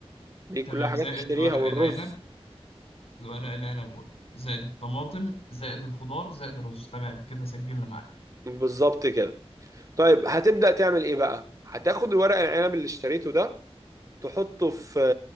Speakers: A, on the right; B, on the left.
A: دي كلها
B: تمام
A: حاجات
B: زائد
A: تشتريها
B: ورق
A: والرز
B: العنب ورق العنب زائد الطماطم زائد الخضار زائد الرز تمام كده سجلنا معاك
A: بالظبط كده طيب هتبدأ تعمل ايه بقى هتاخد الورق العنب اللي اشتريته ده تحطه في